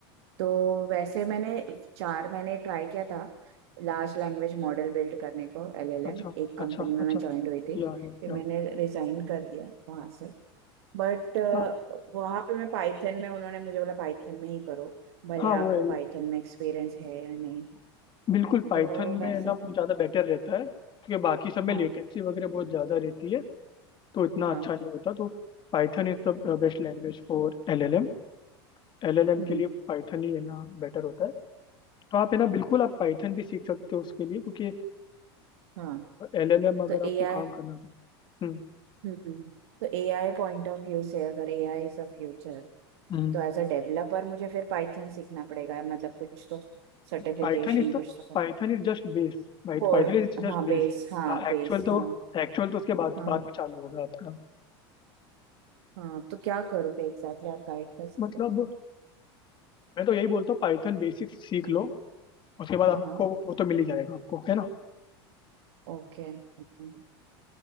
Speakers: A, on the right; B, on the left.
A: तो वैसे मैंने चार मैंने ट्राई किया था लार्ज लैंग्वेज मॉडल बिल्ड करने को एलएलएम
B: अच्छा
A: एक कंपनी
B: अच्छा
A: में
B: अच्छा
A: मैं ज्वाइन हुई थी
B: या या
A: फिर
B: या
A: मैंने रिजाइन कर दिया वहां से बट
B: हाँ
A: वहां पे मैं पाइथन में उन्होंने मुझे बोला पाइथन में ही करो भले
B: हाँ
A: आपको
B: वो है
A: पाइथन में एक्सपीरियंस है या नहीं
B: बिल्कुल पाइथन
A: तो
B: में
A: वैसा
B: है ना वो
A: था
B: ज़्यादा बेटर रहता है क्योंकि बाकी सब में
A: हाँ
B: लेटेंसी वगैरह बहुत ज़्यादा रहती है तो इतना
A: हाँ
B: अच्छा नहीं होता तो Python is the best language for LLM LLM
A: हम्म
B: के लिए पाइथन ही है ना बेटर होता है तो आप है ना बिल्कुल आप पाइथन
A: हम्म,
B: भी सीख सकते हो उसके लिए क्योंकि
A: हाँ
B: एलएलएम अगर
A: तो
B: आपको
A: एआई
B: काम करना है तो Hmm
A: हम्म हम्म, तो एआई पॉइंट ऑफ व्यू से अगर एआई इज अ फ्यूचर
B: Hmm
A: तो एज अ डेवलपर मुझे फिर पाइथन सीखना पड़ेगा मतलब कुछ तो सर्टिफिकेशन
B: Python is the
A: कुछ तो
B: Python is just base Python
A: और
B: is just
A: हाँ बेस
B: base
A: हाँ बेस
B: Actual
A: हाँ
B: तो एक्चुअल तो उसके बाद
A: हाँ
B: बाद में चालू होगा आपका
A: हाँ तो क्या करोगे एग्जैक्टली exactly, आप गाइड कर सकते
B: मतलब मैं तो यही बोलता हूँ पाइथन बेसिक्स सीख लो उसके बाद
A: हो
B: आपको
A: हाँ हाँ
B: वो तो मिल ही जाएगा आपको है ना
A: ओके ओके